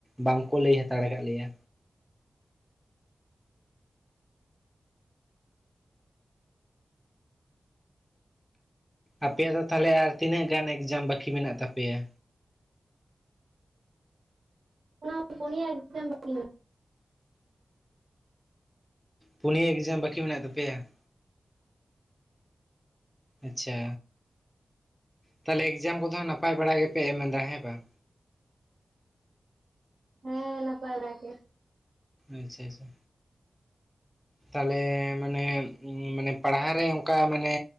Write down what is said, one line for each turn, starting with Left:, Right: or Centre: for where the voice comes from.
Centre: ᱵᱟᱝᱠᱚ ᱞᱟᱹᱭ ᱦᱟᱛᱟᱲ ᱠᱟᱜ ᱞᱮᱭᱟ᱾ ᱟᱯᱮᱭᱟᱜ ᱫᱚ ᱛᱟᱦᱚᱞᱮ ᱟᱨ ᱛᱤᱱᱟᱹᱜ ᱜᱟᱱ ᱮᱠᱡᱟᱢ ᱵᱟᱹᱠᱤ ᱢᱮᱱᱟᱜ ᱛᱟᱯᱮᱭᱟ?
Right: ᱚᱱᱟ ᱯᱩᱱᱭᱟ ᱮᱠᱡᱟᱢ ᱵᱟᱠᱤ‌ ᱢᱮᱱᱟ᱾
Centre: ᱯᱩᱱᱭᱟᱹ ᱮᱠᱡᱟᱢ ᱵᱟᱠᱤ ᱢᱮᱱᱟᱜ ᱛᱟᱯᱮᱭᱟ᱾ ᱟᱪᱪᱷᱟ ᱛᱟᱦᱚᱞᱮ ᱮᱠᱡᱟᱢ ᱠᱚᱫᱚ ᱦᱟᱸ ᱱᱟᱯᱟᱭ ᱵᱟᱲᱟ ᱜᱮᱯᱮ ᱮᱢᱫᱟ ᱦᱮᱸ ᱵᱟᱝ?
Right: ᱦᱮᱸ ᱱᱟᱯᱟᱭ ᱵᱟᱲᱟ ᱜᱮ᱾
Centre: ᱟᱪᱪᱷᱟ ᱟᱪᱪᱷᱟ ᱛᱟᱦᱚᱞᱮ ᱢᱟᱱᱮ ᱢᱟᱱᱮ ᱯᱟᱲᱦᱟᱣ ᱨᱮ ᱚᱱᱠᱟ ᱢᱟᱱᱮ